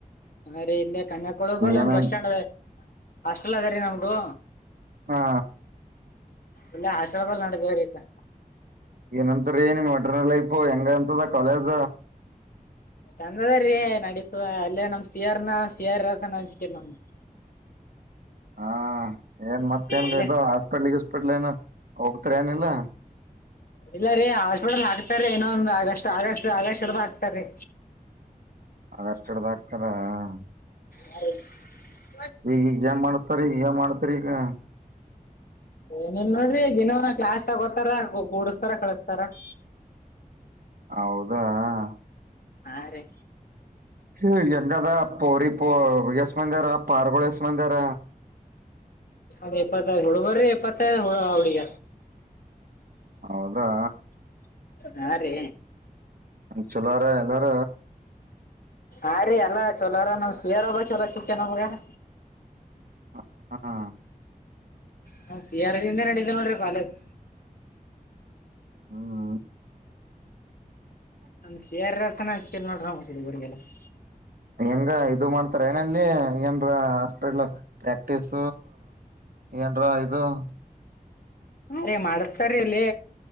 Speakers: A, on the left (about 75°); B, on the right (about 80°).
A: ಹರಿ ಇಲ್ಲೇ ಕನ್ಯಾಕುಳಗಲ್ಲ
B: ಏನಂತ
A: ಒ ಬಸ್ ಸ್ಟ್ಯಾಂಡ್ ಅದ ಹಾಸ್ಟೆಲ್ ಅದ ರೀ ನಮ್ಗು
B: ಹಾ
A: ಎಲ್ಲಾ ಅಶ್ವಾದ್ ರಿಪ <unintelligible>
B: ಏನಂತರಿ ನೀನ್ ವಟ್ರ ಲೈಫ್ ಹೆಂಗ ಅಂತದ ಕಾಲೇಜ
A: ತಂದದ ರೀ ನಡೀತ ಅಲ್ಲೇ ನಮ್ಮ್ ಸಿಯಾರನ ಸಿಯಾರಸಾನಿಕ ನಮ <inaudible>
B: ಹಾ ಏನ್ ಮತ್ತ ಏನ್ಗಾಯತ
A: ಇಲ್ಲ
B: ಹಾಸ್ಪಿಟ್ಲ್ಗ ಹಾಸ್ಪಿಟ್ಲ್ <unintelligible> ಏನ ಹೋಗ್ತಾರೆ ಏನಿಲ್ಲ
A: ಇಲ್ಲ ರೀ ಹಾಸ್ಪಿಟಲ್ ಹಾಕ್ತಾರೀ ಇನೊಂದ್ ಆಗಸ್ಟ್ ಆಗಷ್ಟ ಆಗಸ್ಟ್ ಹಿಡ್ದ್ ಹಾಕ್ತಾರಾರಿ
B: ಹಾಗಷ್ಟಡ್ದ ಹಾತಾರ <unintelligible>
A: ಹೌ <inaudible>
B: ಈಗ ಈಗ ಮಾಡ್ತಾರ ಈಗ ಮಾಡ್ತರಿ ಈಗ <unintelligible>
A: ಏನೇನ್ ನೋಡ್ರಿ ದಿನವನ ಕ್ಲಾಸ್ ತಗೋತಾರ ಕೂಡಸ್ತಾರ ಕಳಸ್ತಾರ <inaudible>
B: ಹೌದಾಹಾ
A: ಹಾ ರೀ
B: ಹ ಹೆಂಗದ ಪೌರಿ ಪೋ ಯಸ್ ಮಂದಿರ ಪಾರ್ಗೋಳ ಯಸ್ಮಂದಿರ
A: ಅ ಎಪ್ಪತ್ತೈದುಹುಡುಗರ್ರಿ ಎಪ್ಪತ್ತೈದು ಹುಡು ಹುಡುಗ
B: ಹೌದಾ
A: ಹಾ ರೀ
B: ಚಲಾರ ಎಲ್ಲಾರ
A: ಹ್ರೀ ಅಲ್ಲಾ ಚಲೋರ ನಮ್ ಸೇರೋರ ಚಲೋ ಸಿಕ್ಕ ನಮ್ಗೆ <inaudible>
B: ಹ ಹಾ
A: ಹಾ ಸಿಆರ್ದಿಂದೆ <unintelligible> ನಡೀದ್ದ ನೋಡಿದರೆ ಬಾಲಾಜಿ
B: ಹ್ಮ್
A: ನಮ ಸಾರಸನ ಹಂಚ್ಕ ಹುಡುಗರಿಗೆಲ್ಲ <inaudible>
B: ಹೆಂಗ ಇದು ಮಾಡ್ತಾರ ಏನಲ್ಲಿ ಏನ್ರ ಹಸ್ಪಿಟಲ್ ಪ್ರಾಕ್ಟೀಸ ಏನ್ರಾ ಇದು
A: ಅ ರೀ ಮಾಡಸ್ತಾರೀ ಅಲ್ಲಿ